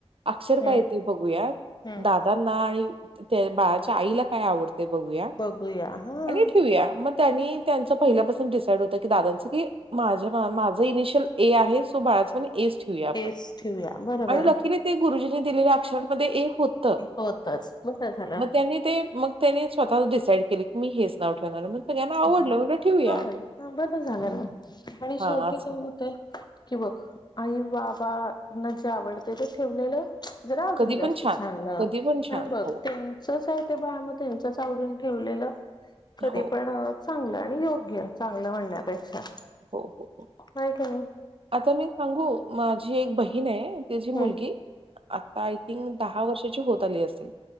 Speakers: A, on the right; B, on the left.
A: अक्षर
B: हम्म
A: काय य ते बघूया
B: हम्म
A: दादांना आणि त्या बाळाच्या आईला काय आवडतेय बघूया
B: होया हां
A: आणि ठेवूया मग तेन्ही त्याच पहिल्या पासून डीसाइड होत कि दादाचं कि माझ माझ ईनिशियल ऐ आहे सो बाळाच पण ऐ च ठेवूया आपण
B: हेच ठेवूया बरोबर
A: आणि
B: आहे
A: नक्की भेटेल गुरुजींनी दिलेल्या अक्षरामध्ये ऐ होत
B: होतच बरं झालं
A: मग त्यांनी ते मग त्यांनी स्वतः डिसाइड केली की मी हेच नाव ठेवणार आहे मग. सगळ्यांना आवडलं
B: ह
A: म्हटलं ठेवूया
B: हो बरं झालं म आणि
A: हां
B: शेवटी
A: असं.
B: काय होते कि बघ आई बाबाना जे आवडते ते ठेवलेलं जरा अजून
A: कधी पण
B: जास्त छान आणि
A: कधी पण छान.
B: बघ
A: हो,
B: त्यांचच आहे ते ब मग त्यांचच आवडीन ठेवलेलं कधी
A: हो
B: पण चांगलं आणि योग्य चांगलं म्हणण्यापेक्षा
A: हो, हो, हो.
B: होय की नाही
A: आता मी सांगू माझी एक बहीण आहे तिची मुलगी
B: नाही
A: आता आय थिंक दहा वर्षाची होत आली असेल